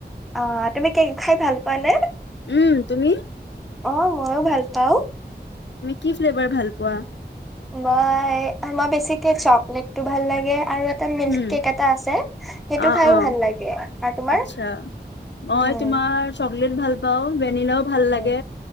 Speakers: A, in the centre; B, on the left (about 85°).
A: অহ' তুমি কেক খাই ভাল পোৱা নে?
B: উম তুমি?
A: অহ' ময়ো ভাল পাওঁ।
B: তুমি কি ফ্লেভাৰ ভাল পোৱা?
A: মই মই বেছিকে চকলেটটো ভাল লাগে। আৰু এ। টা মিল্ক
B: উম,
A: কেক এটা আছে সেইটো
B: অ',
A: খাইও
B: অ',
A: ভাল লাগে। আৰু তোমাৰ?
B: আচ্ছা মই
A: উম
B: তোমাৰ চকলেট ভাল পাওঁ, ভেনিলাও। ভাল
A: উম
B: লাগে